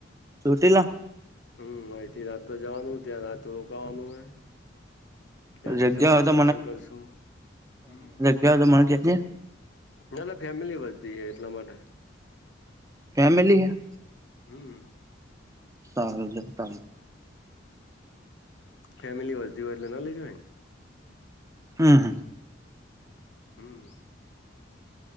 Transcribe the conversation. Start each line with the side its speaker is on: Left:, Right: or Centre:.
Right: છૂટલા
Left: હમ અહીથી રાતો તો જવાનું ત્યાં રાતો રોકાવાનું હ ત્યાંથી
Right: જગ્યા
Left: સવારે
Right: હોય તો
Left: દર્શન કરશું હમ
Right: એદો મણ્યાની
Left: નાટલે ફેમિલી વધતી હ એટલા માટે
Right: ફેમિલી હ
Left: હમ્મ
Right: સાર હજાર ત
Left: ફેમિલી વતી હોય એટલે ના લઈજ
Right: હમ્મ હમ્મ
Left: હમ્મ